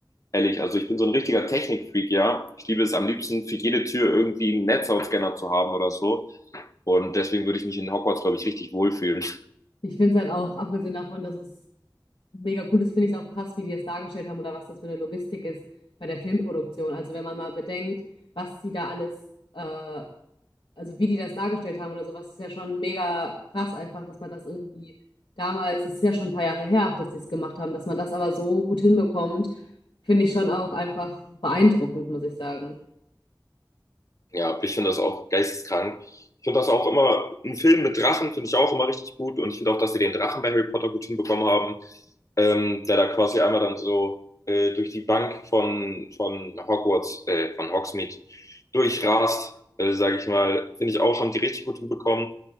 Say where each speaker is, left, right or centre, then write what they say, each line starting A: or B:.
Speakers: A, on the left; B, on the left.
A: Ehrlich, also ich bin so ein richtiger Technikfreak, ja. Ich liebe es am liebsten, für jede Tür irgendwie einen Netzhautscanner zu haben oder so. Und deswegen würde ich mich in Hogwarts, glaube ich, richtig wohlfühlen.
B: Ich finde es halt auch, abgesehen davon, dass es mega cool ist, finde ich es auch krass, wie die das dargestellt haben oder was das für eine Logistik ist bei der Filmproduktion. Also wenn man mal bedenkt, was sie da alles äh, also wie die das dargestellt haben oder sowas, ist ja schon mega krass einfach, dass man das irgendwie damals, es ist ja schon ein paar Jahre her, auch dass die es gemacht haben, dass man das aber so gut hinbekommt, finde ich schon auch einfach beeindruckend, muss ich sagen.
A: Ja, ich finde das auch geisteskrank. Ich finde das auch immer, ein Film mit Drachen finde ich auch immer richtig gut und ich finde auch, dass sie den Drachen bei Harry Potter gut hinbekommen haben, ähm, der da quasi einmal dann so äh, durch die Bank von, von Hogwarts, äh, von Hogsmeade durchrast, äh, sage ich mal. Finde ich auch, haben die richtig gut hinbekommen.